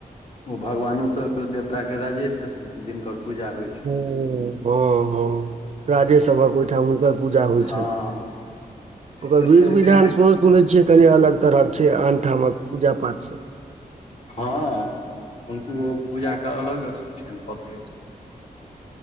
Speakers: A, on the left (about 45°); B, on the right (about 50°).
A: ओ भगवानो तो देवता के राजे छथिन जिनकर पूजा होय छ
B: हँ हँ राजे सभक ओहिठाम हुनकर पूजा होइ
A: हँ
B: छनि ओकर
A: एतेक
B: बध विधान सो सुनै छियै कनि अलग तरहक छै आन ठामक पूजा पाठ स
A: हँ हुनको पूजा के अलग अथी छनि धत